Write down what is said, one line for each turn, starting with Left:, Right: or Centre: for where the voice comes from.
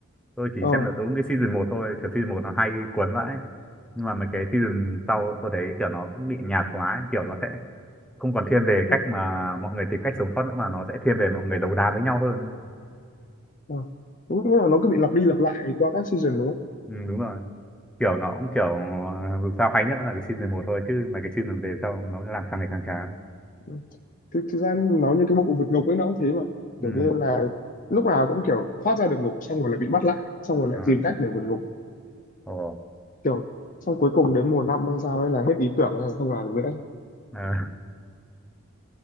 Centre: Tôi chỉ
Left: ờ
Centre: xem được đúng cái season một thôi. Kiểu season một nó hay cuốn vãi. nhưng mà mấy cái season sau tôi thấy kiểu nó cũng bị nhạt quá ấy. kiểu nó sẽ không còn thiên về
Left: nó-
Centre: cách mà mọi người tìm cách sống sót nữa mà nó sẽ thiên về mọi người đấu đá với nhau hơn
Left: ờ. đúng nghĩa là nó cứ bị lặp đi lặp lại qua các season đúng không
Centre: ừ, đúng rồi kiểu nó cũng kiểu ờ, dù sao hay nhất vẫn là cái season một thôi chứ mấy cái season về sau nó làm càng ngày càng chán
Left: Ừ. thực, thực ra nó như cái bộ vượt ngục ấy nó cũng thế mà
Centre: ừ
Left: kiểu như là lúc nào cũng kiểu thoát ra được ngục xong rồi lại bị bắt lại xong rồi lại
Centre: à
Left: tìm cách để vượt ngục
Centre: ồ
Left: kiểu xong cuối cùng đến mùa năm hay sao ấy là hết ý tưởng hay là không làm được nữa
Centre: à, <laughs>